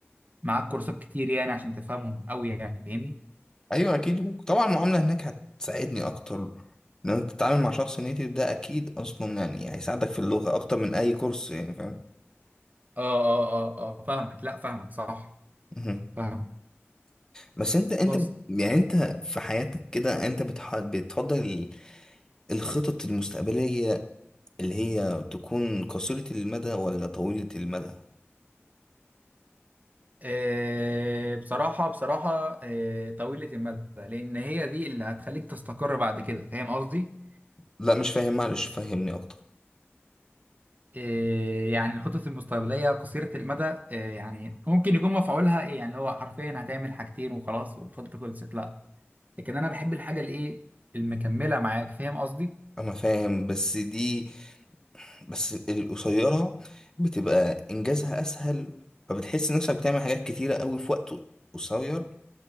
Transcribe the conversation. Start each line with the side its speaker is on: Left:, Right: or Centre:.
Right: معاك كورسات كتير يعني عشان تفهمهم قوي يعني فاهمني
Left: ايوه اكيد وطبعا المعامله هناك هتساعدني اكتر لما انت تتعامل مع شخص نيتيف ده اكيد اصلا يعني هيساعدك في اللغه اكتر من اي كورس يعني فاهم
Right: اه اه اه اه آه، فاهمك لا فاهمك صح
Left: مهم.
Right: فاهمك
Left: بس انت انت
Right: خلاص
Left: بت- يعني انت في حياتك كده انت بتح... بتفضل ال- الخطط المستقبلية اللي هي تكون قصيرة المدى ولا طويلة المدى
Right: آه بصراحة بصراحة آه طويلة المدى لأن هي دي اللي هتخليك تستقر بعد كده فاهم قصدي؟
Left: لا مش فاهم معلش فهمني اكتر
Right: إيه يعني الخطط المستقبلية قصيرة المدى إيه يعني ممكن يكون مفعولها إيه يعني اللي هو حرفيا هتعمل حاجتين وخلاص والخطة خلصت لا لكن أنا بحب الحاجة الإيه المكملة معاك فاهم قصدي؟
Left: انا فاهم بس دي بس القصيرة بتبقى انجازها اسهل فبتحس نفسك بتعمل حاجات كتيرة قوي في وقت قصير